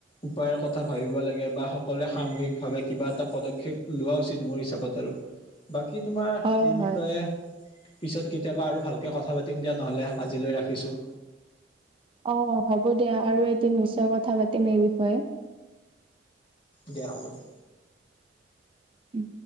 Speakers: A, on the left; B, on the right.
A: উপায়ৰ কথা ভাবিব লাগে বা সকলোৱে সামূহিকভাৱে কিবা এটা পদক্ষেপ লোৱা উচিত মোৰ হিচাপত আৰু। বাকী তোমাৰ
B: হয়
A: এই বিষয়ে
B: হয়
A: পিছত কেতিয়াবা আৰু ভালকৈ কথা পাতিম দিয়া নহ'লে আজিলৈ ৰাখিছোঁ।
B: অ হ'ব দিয়া আৰু এদিন নিশ্চয় কথা পাতিম এই বিষয়ে।
A: দিয়া হ'ব দিয়া।
B: উম